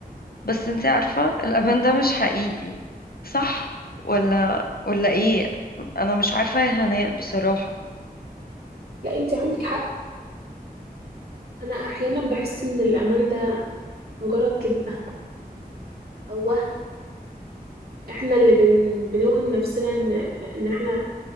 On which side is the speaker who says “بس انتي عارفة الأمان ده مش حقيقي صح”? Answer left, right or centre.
Left